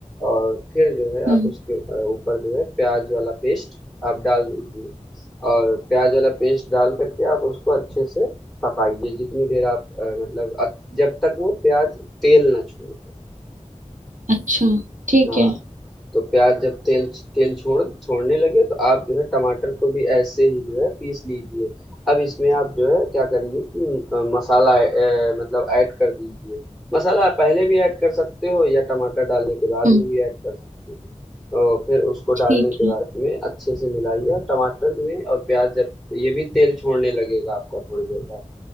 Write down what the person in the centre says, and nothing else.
और फिर जो है
आप उसके अ, ऊपर जो है प्याज वाला पेस्ट आप डाल दीजिए और प्याज वाला पेस्ट डाल करके आप उसको अच्छे से पकाइए जितनी देर आप अ, मतलब अ- जब तक वो प्याज तेल ना छोड़ दे
हाँ
तो प्याज जब तेल तेल छोड़ छोड़ने लगे तो आप जो है टमाटर को भी ऐसे ही जो है पीस लीजिए अब इसमें आप जो है क्या करिए कि अ, मसाला अ, मतलब ऐड कर दीजिए मसाला आप पहले भी ऐड कर सकते हो या टमाटर डालने के बाद
में भी ऐड कर सकते हो तो फिर उसको
डालने के
बाद में अच्छे से मिलाइए और टमाटर में और प्याज जब ये भी तेल छोड़ने लगेगा आपका थोड़ी देर बाद